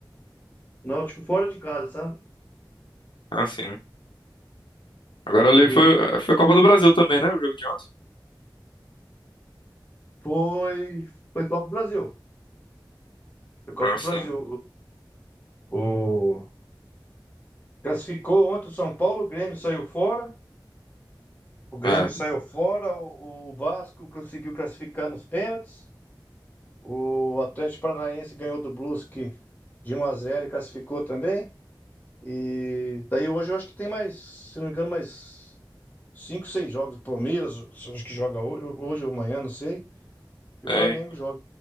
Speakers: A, on the left; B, on the left.
A: Náutico fora de casa, sabe?
B: Ah, sim. Agora ali
A: E
B: foi, foi Copa do Brasil também, né? O jogo de ontem.
A: foi, foi Copa do Brasil. Foi Copa
B: Ah,
A: do
B: sim.
A: Brasil O... Classificou ontem o São Paulo, o Grêmio saiu fora. O Grêmio
B: É,
A: saiu fora, o, o Vasco conseguiu classificar nos pênaltis. O Atlético Paranaense ganhou do Brusque de um a zero e classificou também. E daí hoje eu acho que tem mais, se não me engano, mais 5, 6 jogos. Palmeiras, acho que joga hoje, hoje ou amanhã, não sei. E o
B: tem.
A: Flamengo joga.